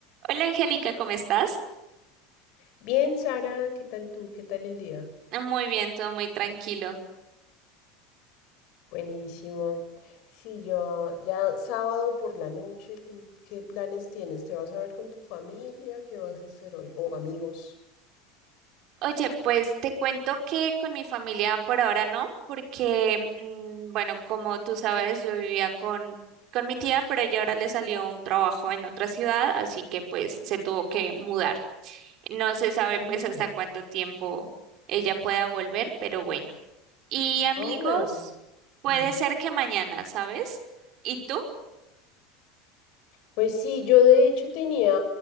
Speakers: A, on the right; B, on the left.
A: Hola Angélica, ¿cómo estás?
B: Bien, Sara, ¿qué tal tú? ¿Qué tal el día?
A: Muy bien, todo muy tranquilo.
B: Buenísimo. Sí, yo ya sábado por la noche, ¿tú qué planes tienes? ¿Te vas a ver con tu familia? ¿Qué vas a hacer hoy? ¿O amigos?
A: Oye, pues te cuento que con mi familia por ahora no, porque, mm, bueno, como tú sabes, yo vivía con, con mi tía, pero ella ahora le salió un trabajo en otra ciudad, así que pues se tuvo que mudar. No se sabe
B: Mm,
A: pues hasta cuánto tiempo ella pueda volver, pero bueno. Y amigos,
B: ah, em,
A: puede
B: mm.
A: ser que mañana, ¿sabes? ¿Y tú?
B: Pues sí, yo de hecho tenía